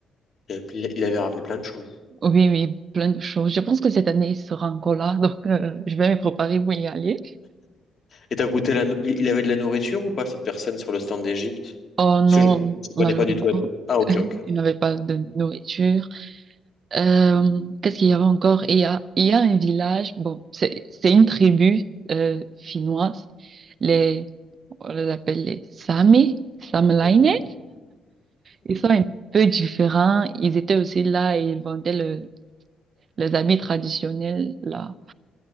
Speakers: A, on the left (about 40°); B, on the right (about 50°).
A: Il avait il avait ramené plein de choses.
B: Oui, oui, plein de choses. Je pense que cette année, il sera encore là. Donc, euh, je vais me préparer pour y aller.
A: Et t'as goûté la... nou- Il il avait de la nourriture ou pas, cette personne sur le stand d'Égypte?
B: Oh non,
A: Parce que je ne connais
B: malheureusement,
A: pas du tout à nous. Ah, ok, ok.
B: il n'avait pas de nourriture. Euh, qu'est-ce qu'il y avait encore? Il y a, il y a un village, bon, c'est, c'est une tribu euh, finnoise, les, on les appelle les Sami, Saamelainen.
A: Mhm.
B: Ils sont un peu différents, ils étaient aussi là et ils vendaient le, les habits traditionnels là.